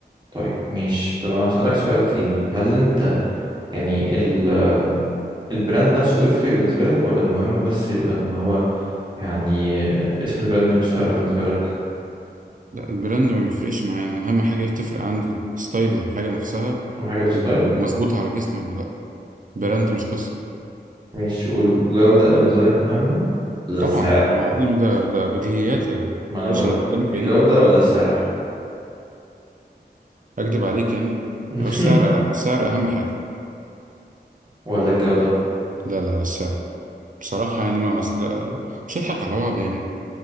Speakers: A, on the right; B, on the right.
A: طيب ماشي طب انا هسألك سؤال تاني هل انت يعني ال البراند نفسه يفرق بالنسبة لك ولا المهم بس يبقى ان هو يعني اسم البراند مش فارقة بالنسبة لك
B: لا البراند ما بيفرقش معايا أنا اهم حاجه بتفرق عندي ستايل الحاجه نفسها
A: اهم حاجة الستايل
B: و- ومظبوطه على جسمي ولا لا براند مش قصه
A: مش والجودة بالنسبة لك مهمة ولا
B: طبعا
A: السعر
B: هو احنا ده ده بديهيات يا
A: ما انا
B: باشا
A: بقولك
B: انت بتتكلم
A: الجودة
B: في ايه
A: ولا السعر
B: اكدب عليك يعني
A: <laughs>
B: هو السعر السعر اهم حاجه
A: ولا الجودة
B: لا لا لا، السعر بصراحه يعني ما اصل مش هضحك على بعض يعني